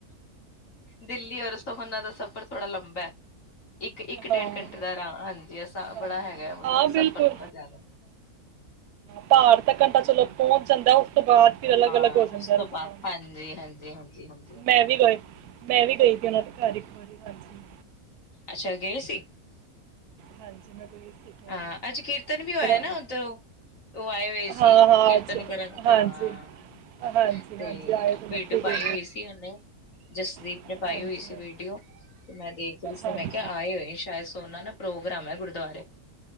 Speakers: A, on the left; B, on the right.
A: ਦਿੱਲੀ ਔਰ ਸੋਹਨਾ ਦਾ ਸਫ਼ਰ ਥੋੜਾ ਲੰਬਾ ਹੈ ਇੱਕ ਇੱਕ
B: ਹਾਂ
A: ਡੇਢ ਘੰਟੇ ਦਾ ਰਾਹ ਆਰਾਮ ਹਾਂਜੀ
B: ਹਾਂ,
A: ਬੜਾ ਹੈਗਾ ਉਹਦਾ
B: ਹਾਂ
A: ਸਫ਼ਰ
B: ਬਿਲਕੁਲ,
A: ਥੋੜਾ ਜ਼ਿਆਦਾ
B: ਭਾਰ ਦਾ ਘੰਟਾ ਚਲੋ ਪਹੁੰਚ ਜਾਂਦਾ ਉਸ ਤੋਂ ਬਾਅਦ ਫਿਰ ਅਲੱਗ-ਅਲੱਗ
A: ਹਾਂ
B: ਹੋ ਜਾਂਦਾ
A: ਉਸ
B: ਏ
A: ਤੋਂ
B: ਰਸਤਾ
A: ਬਾਅਦ ਹਾਂਜੀ ਹਾਂਜੀ ਹਾਂਜੀ ਹਾਂਜੀ ਹਾਂਜੀ
B: ਮੈਂ ਵੀ ਗਏ ਮੈਂ ਵੀ ਗਈ ਸੀ ਉਹਨਾਂ ਦੇ ਘਰ ਵਾਰੀ ਹਾਂਜੀ,
A: ਅੱਛਾ ਗਏ ਸੀ
B: ਹਾਂਜੀ ਮੈਂ ਗਈ ਇੱਕ ਵਾਰੀ।
A: ਹਾਂ ਅੱਜ ਕੀਰਤਨ ਵੀ ਹੋਇਆ
B: ਥੋੜਾ
A: ਨਾ ਉੱਧਰੋਂ ਉਹ ਆਏ ਹੋਏ ਸੀ
B: ਹਾਂ-ਹਾਂ
A: ਕੀਰਤਨ
B: ਅੱਛਾ
A: ਕਰਨ,
B: ਹਾਂਜੀ।
A: ਹਾਂ
B: ਹਾਂਜੀ-ਹਾਂਜੀ
A: ਤੇ
B: ਆਏ ਦਿਨ
A: ਵੀਡੋ
B: ਉੱਥੇ ਗਏ
A: ਪਾਈ ਹੋਈ ਸੀ ਉਹਨੇ ਜਸਦੀਪ
B: ਹਾਂਜੀ-ਹਾਂਜੀ।
A: ਨੇ ਪਾਈ ਹੋਈ ਸੀ ਵੀਡੀਓ ਤੇ ਮੈਂ ਦੇਖ ਰਹੀ ਸੀ
B: ਹਾਂਜੀ,
A: ਮੈਂ
B: ਹਾਂਜੀ
A: ਕਿਆ ਆਏ ਹੋਏ ਸ਼ਾਇਦ ਸੋਨਾ ਨਾ ਪ੍ਰੋਗਰਾਮ ਐ ਗੁਰਦੁਆਰੇ